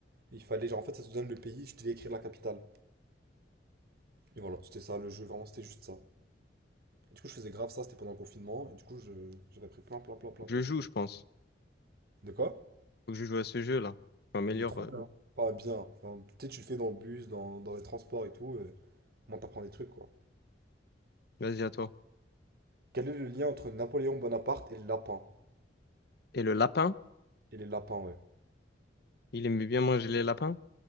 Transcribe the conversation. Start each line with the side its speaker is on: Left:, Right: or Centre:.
Right: il fallait, genre, en fait, ça te donne le pays, je devais écrire la capitale. Et voilà, c'était ça, le jeu, vraiment, c'était juste ça. Et du coup, je faisais grave ça, c'était pendant le confinement, et du coup, je- j'avais pris plein, plein, plein, plein
Left: Faut que
Right: de capitales.
Left: Je joue, je pense.
Right: De quoi?
Left: Faut que je joue à ce jeu-là. Je m'améliore.
Right: Il est trop
Left: euh.
Right: bien. Pas bien. Enfin, tu sais, tu le fais dans le bus, dans, dans les transports et tout, euh, au moins, t'apprends des trucs, quoi.
Left: Vas-y, à toi.
Right: Quel est le lien entre Napoléon Bonaparte et le lapin?
Left: Et le lapin?
Right: Et les lapins, ouais.
Left: Il aimait bien manger les lapins?